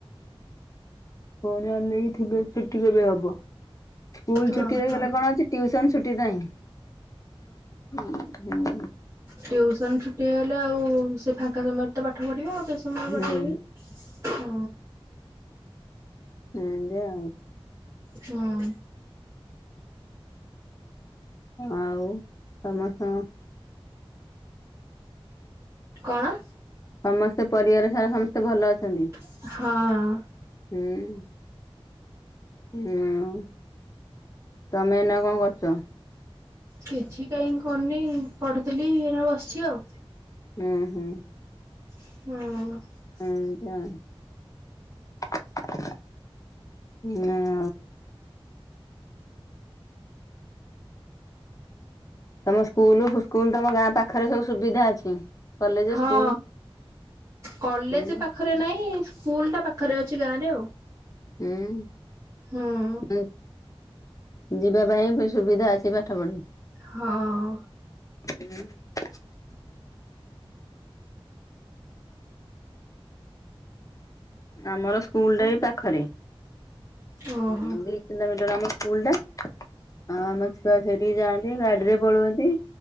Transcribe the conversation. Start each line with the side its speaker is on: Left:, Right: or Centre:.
Left: ପୁଣି ଅନେଇକି ଥିବେ ଛୁଟି କେବେ ହବ ସ୍କୁଲ
Right: ଓହୋ
Left: ଛୁଟି ହେଇଗଲେ କଣ ଅଛି? ଟିୟୁସନ୍ ଛୁଟି କାହିଁ? ହୁଁ ହୁଁ।
Right: ଟିୟୁସନ୍ ଛୁଟି ହେଇଗଲେ ଆଉ ସେ ଫାଙ୍କା ସମୟରେ ତ ପାଠ ପଢ଼ିବା ଆଉ ବେଶୀ
Left: ହୁଁ
Right: <unintelligible> ହଁ।
Left: ହୁଁ ହେମିତି ଆଉ।
Right: ହଁ।
Left: ଆଉ ସମସ୍ତଙ୍କ
Right: କଣ?
Left: ସମସ୍ତେ ପରିବାର ସାରା ସମସ୍ତେ ଭଲ ଅଛନ୍ତି।
Right: ହଁ।
Left: ହୁଁ। ହୁଁ, ତମେ ଏଇନା କଣ କରୁଛ?
Right: କିଛି କାହିଁକ କରିନି ପଢୁଥିଲି ଏଇନା ବସିଛି ଆଉ।
Left: ହୁଁ ହୁଁ।
Right: ହଁ।
Left: ହଁଁ ଏମିତି ଆଉ। ତମ ସ୍କୁଲ୍ ସ୍କୁଲ୍ ତ ଗାଁ ପାଖରେ ସବୁ ସୁବିଧା ଅଛି। କଲେଜ
Right: ହଁ
Left: ସ୍କୁଲ
Right: କଲେଜ୍
Left: ହୁଁ
Right: ପାଖରେ ନାଇଁ ସ୍କୁଲ୍ ଟା ପାଖରେ ଅଛି ଗାଁ ରେ ଆଉ।
Left: ହୁଁ
Right: ହୁଁ
Left: <unintelligible> ଯିବା ପାଇଁ ବି ସୁବିଧା ଅଛି ପାଠ ପଢ଼ି।
Right: ହଁ।
Left: ହୁଁ। ଆମର ସ୍କୁଲ୍
Right: ଓହୋ
Left: ଟା ଏଇ ପାଖରେ।
Right: ହୁଁ ହଁ।
Left: ଦୁଇ କିଲୋମିଟର ଆମ ସ୍କୁଲଟା ଆଉ ଆମ ଛୁଆ ସେଠି ବି ଯାଆନ୍ତି ଗାଡିରେ ପଳଉଅନ୍ତି।